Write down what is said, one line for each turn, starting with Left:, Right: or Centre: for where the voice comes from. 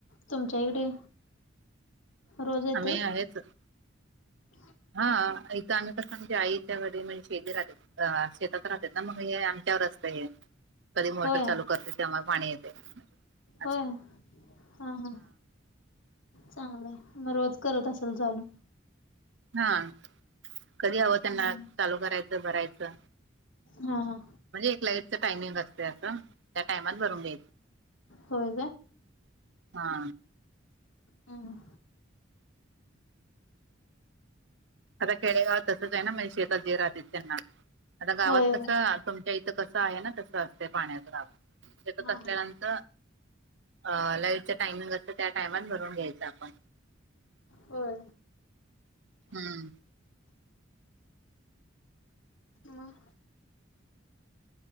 Left: तुमच्या इकडे. रोज येते
Right: आमे आहेतच.
Left: <unintelligible>
Right: हा इथं आम्ही कसं आमजे आईच्याकडे म्हणे शे राह. अ शेतात राहतात ना मग हे आमच्यावरच काय? कधी मोटर
Left: होय
Right: चालू करते त्यामुळे पाणी येते. असं
Left: होय हा हा. चांगलंय मग रोज करत असेल चालू.
Right: हा कधी हवं त्यांना
Left: हां
Right: चालू करायचं भरायचं.
Left: हा हा.
Right: म्हणजे एक लाइटच टाइमिंग असते असं त्या टायमात भरून घ्यायचं.
Left: होय
Right: हा.
Left: हम.
Right: आता खेडेगावात तसंच आहे ना म्हणजे शेतात ज राहत त्यांना आता गावात
Left: होय होय
Right: कसं तुम इथ कसं आहे ना तस असते पाण्याच त्यात
Left: हां
Right: असल्याल्यांत.
Left: हां
Right: अ लाईटच टायमिंग असतं त्या टायमात भरून घ्यायचं आपण
Left: होय
Right: हम्म.
Left: मग